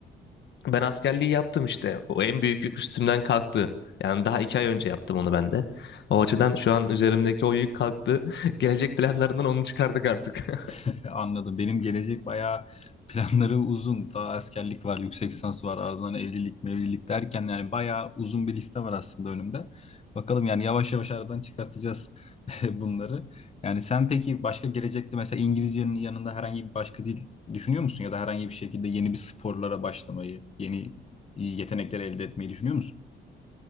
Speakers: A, on the left; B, on the left.
A: Ben askerliği yaptım işte. O en büyük yük üstümden kalktı. Yani daha iki ay önce yaptım onu ben de. O açıdan
B: Hmm.
A: şu an üzerimdeki o yük kalktı. <laughs> Gelecek planlarından onu çıkardık artık. <laughs>
B: <laughs> Anladım. Benim gelecek bayağı planları uzun. Daha askerlik var, yüksek lisans var, ardından evlilik, mevlilik derken yani bayağı uzun bir liste var aslında önümde. Bakalım yani yavaş yavaş aradan çıkartacağız <laughs> bunları. Yani sen peki başka gelecekte mesela İngilizcenin yanında herhangi bir başka dil düşünüyor musun? Ya da herhangi bir şekilde yeni bir sporlara başlamayı, yeni yetenekler elde etmeyi düşünüyor musun?